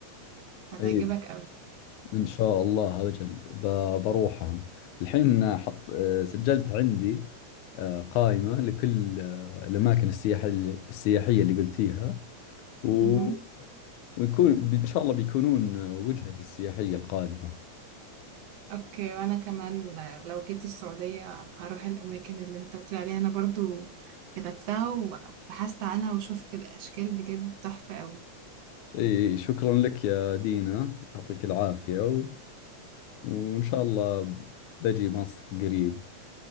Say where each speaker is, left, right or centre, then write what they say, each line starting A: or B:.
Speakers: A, on the right (about 70°); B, on the left (about 85°).
A: هتعجبك
B: إيه إن شاء الله أجل ب- بروحهم الحين حط آه، سجلت عندي آه، قائمة لكل آه، الأماكن السياحية اللي السياحية اللي قلتيها و...
A: أوي
B: ويكون إن شاء الله بيكونون آه، وجهتي السياحية القادمة
A: اوكي وانا كمان لو جيت السعودية هروح الاماكن اللي انت بتقول عليها انا برضو كتبتها وبحثت عنها وشفت الاشكال بجد تحفة قوي
B: إي شكرا لك يا دينا يعطيك العافية و... وإن شاء الله بجي مصر قريب